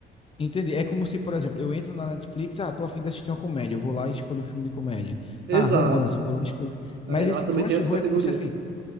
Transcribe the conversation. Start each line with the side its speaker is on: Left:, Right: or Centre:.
Left: Entendi. É como se, por exemplo, eu entro na Netflix, ah, tô a fim de assistir uma comédia, eu vou lá e escolho um filme de comédia.
Right: Exato.
Left: Ah, romance, eu vou lá e escolho. Mas
Right: Aí lá
Left: esse
Right: também
Left: Crunchyroll
Right: tem essas categorias.
Left: é como se assim,